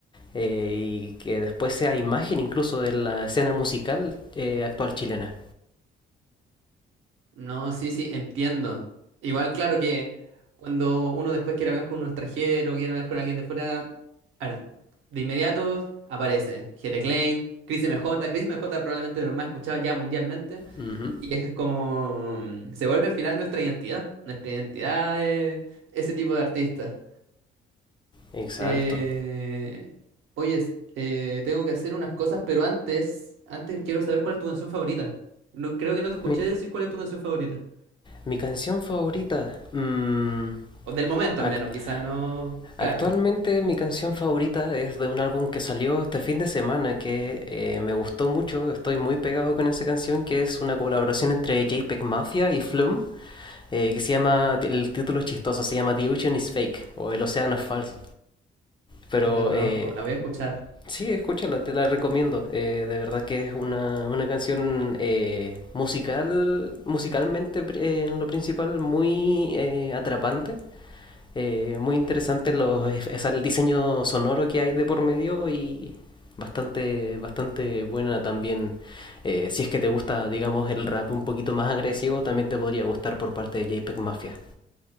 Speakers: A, on the left (about 25°); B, on the right (about 80°).
A: eh, y que después sea imagen incluso de la escena musical eh, actual chilena.
B: No, sí, sí, entiendo. Igual, claro que cuando uno después quiere hablar con un extranjero, quiere hablar con alguien de fuera, al- de inmediato aparece Jere Klein, Chris MJ, Chris MJ probablemente de los más escuchados ya mundialmente,
A: Ujú,
B: y es como, mm, se vuelve al final nuestra identidad, nuestra identidad es ese tipo de artista.
A: exacto.
B: Eh, oye, eh, tengo que hacer unas cosas, pero antes, antes quiero saber cuál es tu canción favorita. No, creo que no te escuché
A: Mi,
B: decir cuál es tu canción favorita.
A: mi canción favorita. mm,
B: O del momento
A: act-
B: al menos, quizás no,
A: Actualmente
B: claro,
A: mi canción favorita es de un álbum que salió este fin de semana que eh, me gustó mucho, estoy muy pegado con esa canción que es una colaboración entre JPEG Mafia y Flume eh, que se llama, el título es chistoso, se llama The Ocean is Fake o El Océano es Falso. Pero
B: no la conozco,
A: eh,
B: la voy a escuchar.
A: sí, escúchala, te la recomiendo. eh, de verdad que es una, una canción eh, musical, musicalmente eh, en lo principal muy eh, atrapante eh, muy interesante los, es el diseño sonoro que hay de por medio y bastante, bastante buena también. Eh, si es que te gusta, digamos, el rap un poquito más agresivo, también te podría gustar por parte de JPEG Mafia